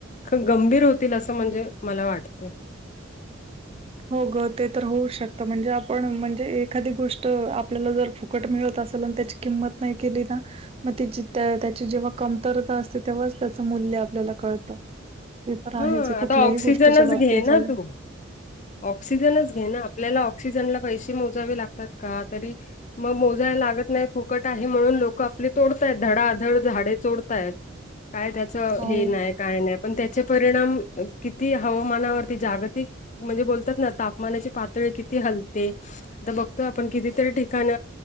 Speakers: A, on the left; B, on the right.
A: ख गंभीर होतील असं म्हणजे मला वाटतंय
B: हो ग ते तर होऊच शकत म्हणजे आपण म्हणजे एखादी गोष्ट आपल्याला जर फुकट मिळत असेल त्याची किंमत नाही केली ना मग त ज त्या त्याची जेव्हा कमतरता असते तेव्हाच त्याचं मूल्य आपल्याला कळतं ते तर आहेच
A: हा
B: कुठल्याही
A: आता ऑक्सिजनच
B: गोष्टीच्या बाबतीत
A: घे ना
B: झाल्या
A: तू ऑक्सिजनच घे ना आपल्याला ऑक्सिजनला पैसे मोजावे लागतात का तरी मग मोजायला लागत नाही फुकट आहे म्हणून लोक आपली तोडतायत धडाझड झाडे चोडतायत काय त्याच
B: हो.
A: हे नाही काय नाही पण त्याचे किती हवामानावरती जागतिक म्हणजे बोलतात ना तापमानाची पातळी किती हलते तर बघतो आपण कितीतरी ठिकाण